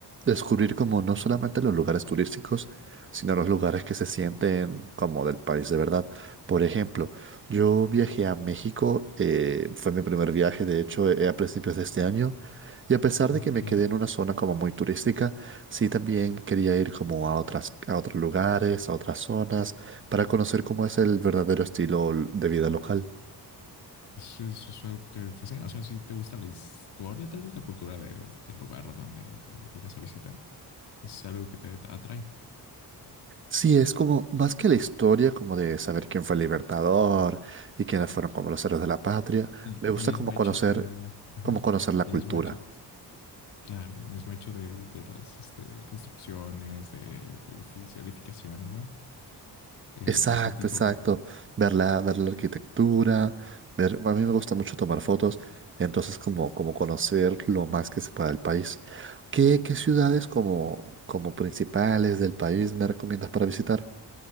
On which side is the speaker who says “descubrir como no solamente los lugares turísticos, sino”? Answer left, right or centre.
Right